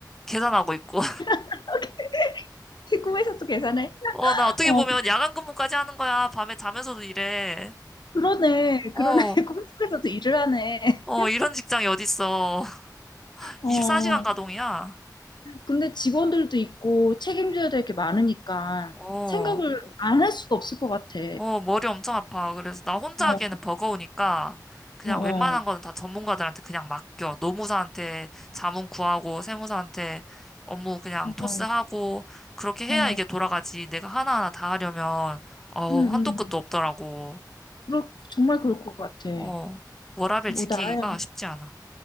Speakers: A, in the centre; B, on the left (about 80°).
A: 계산하고 있고.
B: <laughs> 꿈에서 도 계산해?
A: 어, 나 어떻게
B: 어,
A: 보면 야간 근무까지 하는 거야. 밤에 자면서도 일해.
B: 그러네.
A: 어,
B: 그러네. <laughs> 꿈속에서도 일을 하네.
A: 어, 이런 직장이 어딨어. <laughs>
B: 어,
A: 24시간 가동이야.
B: 근데 직원들도 있고 책임져야 될 게 많으니까
A: 어,
B: 생각을 안 할 수가 없을 것 같아.
A: 어, 머리 엄청 아파. 그래서 나 혼자
B: 어,
A: 하기에는 버거우니까 그냥
B: 어,
A: 웬만한 거는 다 전문가들한테 그냥 맡겨. 노무사한테 자문 구하고, 세무사한테 업무 그냥
B: 어,
A: 토스하고, 그렇게 해야
B: 어,
A: 이게 돌아가지. 내가 하나하나 다 하려면, 어우,
B: 응, 응.
A: 한도 끝도 없더라고.
B: 그렇, 정말 그럴 것 같아.
A: 어, 워라밸
B: 뭐,
A: 지키기가
B: 나야,
A: 쉽지 않아.